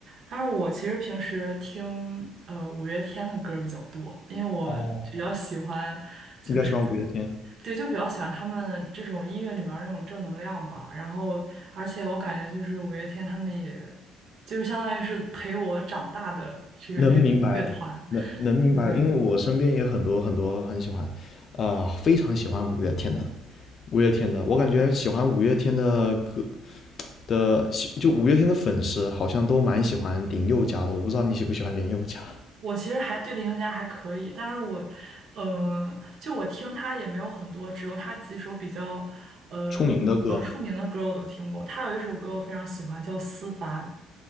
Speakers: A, on the right; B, on the left.
A: 但是我其实平时听呃五月天的歌儿比较多，因为我比较喜欢就是。
B: 哦，应该喜欢五月天，
A: 对，就比较喜欢他们这种音乐里面儿那种正能量吧。然后，而且我感觉就是五月天他们也，就是相当于是陪我长大的这个乐乐团。
B: 能明白能能明白，
A: 对，
B: 因为我身边也很多很多很喜欢，啊非常喜欢五月天的五月天的，我感觉喜欢五月天的歌的，就五月天的粉丝好像都蛮喜欢林宥嘉的。我不知道你喜不喜欢林宥嘉
A: 我其实还对林宥嘉还可以，但是我，嗯、就我听他也没有很多，只有他几首比较，呃，
B: 出名的歌
A: 比较出名的歌我都听过。他有一首歌我非常喜欢，叫《思凡》，